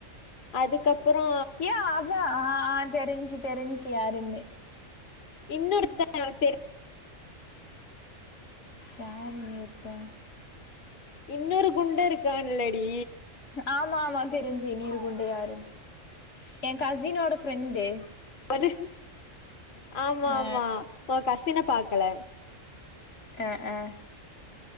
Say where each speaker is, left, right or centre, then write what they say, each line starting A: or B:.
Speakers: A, on the left; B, on the left.
A: அதுக்கப்புறோ
B: ஏ அவ ஆ ஆ தெரிஞ்சு தெரிஞ்சு யருனு
A: இன்னொருத்த எங்களுக் தெரியு
B: யார் நிறுத்த
A: இன்னொரு குண்டு இருக்காலடி
B: ஆமா ஆமா தெரிஞ்சு இன்னொரு குண்டு யாருன்னு எ கசினோட ஃப்ரெண்டு
A: ஒண்ணு ஆமா
B: ஆ
A: ஆமா ஒ கசின பாக்கல
B: அ அ